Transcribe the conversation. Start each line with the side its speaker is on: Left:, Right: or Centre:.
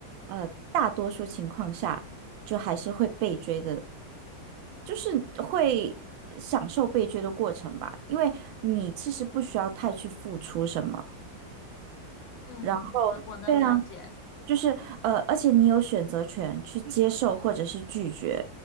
Right: 呃，大多数情况下，就还是会被追的，就是会享受被追的过程吧，因为你其实不需要太去付出什么，
Left: 嗯，
Right: 然后。
Left: 我我能了解。
Right: 对啊。就是呃，而且你有选择权去接受或者是拒绝，